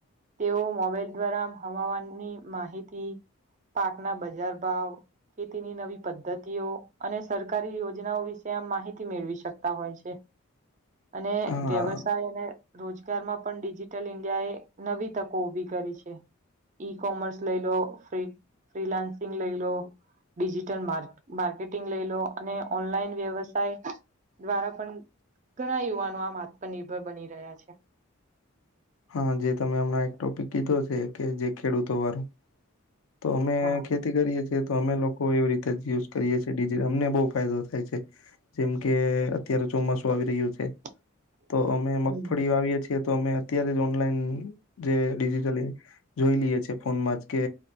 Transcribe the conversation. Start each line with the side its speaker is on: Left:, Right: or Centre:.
Right: તેઓ મોબાઈલ દ્વારા હવામાનની માહિતી પાકના બજાર ભાવ ખેતીની નવી પદ્ધતિઓ અને સરકાર સરકારી યોજનાઓ વિશે આમ માહિતી મેળવી શકતા હોય છે. અને
Left: હા
Right: વ્યવસાય અને રોજગારમાં પણ ડિજિટલ ઈન્ડિયા એ નવી તકો ઉભી કરી છે. ઈ કોમર્સ લઈ લો ફી ફિલાન્સિંગ લઈ લો. ડિજિટલ માર્ક માર્કેટિંગ લઈ લો અને ઓનલાઈન વ્યવસાય. દ્વારા પણ ઘણા યુવાનો આમ આત્મનિર્ભર બની રહ્યા છે.
Left: હા જે તમે હમણાં એક ટોપિક કીધો છે, કે જે ખેડૂતો વાળું તો અમે
Right: હા
Left: ખેતી કરીએ છીએ, તો અમે લોકો એવી રીતે યુઝ કરીએ છીએિટ અમને બહુ ફાયદો થાય છે, જેમ કે અત્યારે ચોમાસું આવી રહ્યું છે.
Right: <unintelligible> <inaudible>
Left: તો અમે મગફળી
Right: હમ
Left: વાવીએ છીએ, તો અમે અત્યારે ઓનલાઈન જે ડિજિટલી જોઈ લઈએ છે, ફોનમાંજ કે